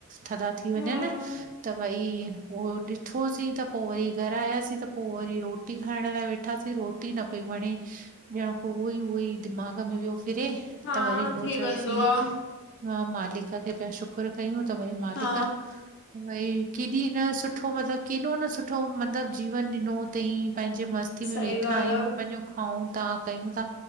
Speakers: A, on the right; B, on the left.
A: थदा थी वञनि।
B: हम्म,
A: त भाई पो ॾिठोसीं त पो वरी घर आयासीं त पो वरी रोटी खाइण लाइ वेठासीं त रोटी न पई वणे ॼण पो उअ ई उअ ई दिमाग़ में वियो फिरे
B: हा
A: त वरी पो
B: थी
A: चयोसीं
B: वेंदो आ
A: मां मालिक खे पिया शुकर कयूं। त भाई मालिक
B: हा
A: क केॾी न सुठो मतलब केॾो न सुठो मतलब जीवन ॾिनो थईं। पैंजे मस्ती में
B: सही
A: वेठा
B: ॻाल्हि
A: आहियूं
B: आ
A: पैंजो खाऊं था। कयूं था